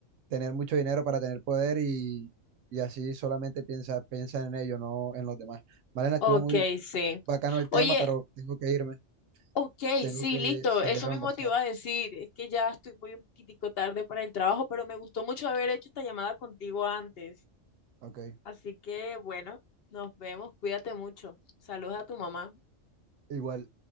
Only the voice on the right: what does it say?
tener mucho dinero para tener poder y, y así solamente piensa, piensa en ello, no en los demás. Malena, estuvo
muy
bacano el tema,
pero tengo que irme,
tengo
que
salir
a
almorzar.
Ok,
Igual.